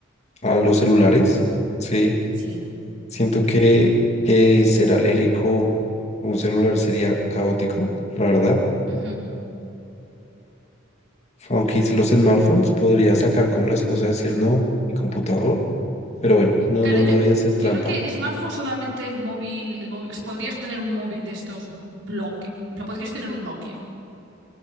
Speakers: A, on the left (about 35°); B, on the right (about 70°).
A: a los celulares, ¿sí?
B: sí.
A: Siento que eh, ser alérgico a un celular sería caótico, la verdad.
B: Ujú.
A: Aunque hice los smartphones, podría sacar como las cosas, decir no, mi computador, pero bueno, no,
B: Claro,
A: no,
B: yo,
A: no voy a hacer
B: yo
A: trampa.
B: creo que smartphone solamente el móvil, el móvil, o sea, podrías tener un móvil de estos bloque, En plan, podrías tener un Nokia.